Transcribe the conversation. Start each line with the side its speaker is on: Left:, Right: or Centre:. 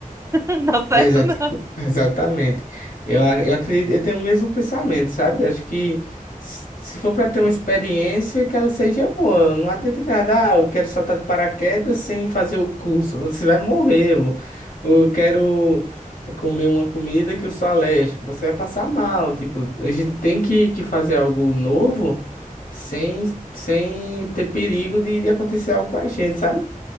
Right: <laughs> Não dá certo,
Left: Exata-
Right: não.
Left: <laughs> Exatamente. Eu, a- eu acredito, eu tenho o mesmo pensamento, sabe? Acho que s- se for para ter uma experiência, que ela seja boa. Não adianta nada, ah, eu quero saltar de paraquedas sem fazer o curso. <laughs> Você vai morrer. Ou, ou eu quero eh, comer uma comida que eu sou alérgico. Você vai passar mal. Tipo, a gente tem que, que fazer algo novo sem, sem ter perigo de, de acontecer algo com a gente, sabe?